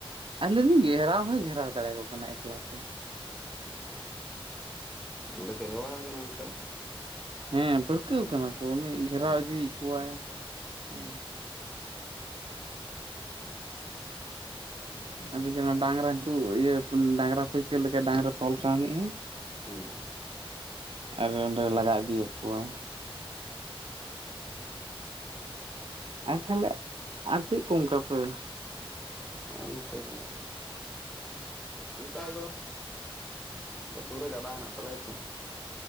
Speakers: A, on the right; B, in the centre.
A: ᱟᱨ ᱞᱮᱭᱫᱟᱹᱧ ᱜᱷᱮᱨᱟᱣ ᱦᱚᱸᱭ ᱜᱷᱮᱨᱟᱣ ᱫᱟᱲᱮᱭᱟᱠᱚ ᱠᱟᱱᱟᱭ ᱮᱠᱞᱟᱛᱮ᱾
B: ᱦᱩᱸ ᱟᱫᱚ ᱠᱚ ᱦᱮᱣᱟ ᱠᱟᱱᱟ ᱚᱱᱠᱟ᱾
A: ᱦᱮᱸ ᱯᱟᱹᱨᱠᱟᱹᱣ ᱠᱟᱱᱟ ᱠᱚ ᱩᱱᱤ ᱜᱷᱮᱨᱟᱣ
B: ᱦᱮᱸ
A: ᱤᱫᱤᱭᱮᱫ ᱠᱚᱣᱟᱭ ᱦᱮᱸ ᱟᱹᱰᱤ ᱪᱮᱨᱦᱟ ᱰᱟᱝᱨᱟ ᱦᱟᱱᱠᱩ ᱤᱭᱟᱹ ᱰᱟᱝᱨᱟ ᱯᱟᱹᱭᱠᱟᱹᱨ ᱞᱮᱠᱟ ᱰᱟᱝᱨᱟ ᱛᱚᱞ ᱠᱟᱣᱱᱤᱡ ᱟᱭ᱾
B: ᱦᱩᱸ
A: ᱟᱨ ᱚᱸᱰᱮ ᱞᱟᱜᱟ ᱤᱫᱤᱭᱮᱫ ᱠᱚᱣᱟᱭ᱾ ᱟᱨ ᱛᱟᱦᱚᱞᱮ ᱟᱨ ᱪᱮᱫ ᱠᱚ ᱚᱱᱠᱟ ᱯᱮ᱾
B: ᱟᱨ ᱱᱚᱛᱮ ᱫᱚᱼᱼ ᱚᱱᱠᱟ ᱫᱚ ᱟ ᱥᱩᱨ ᱨᱮ ᱜᱟᱰᱟ ᱦᱮᱱᱟᱜ ᱛᱟᱞᱮᱭᱟ ᱛᱚᱼᱼ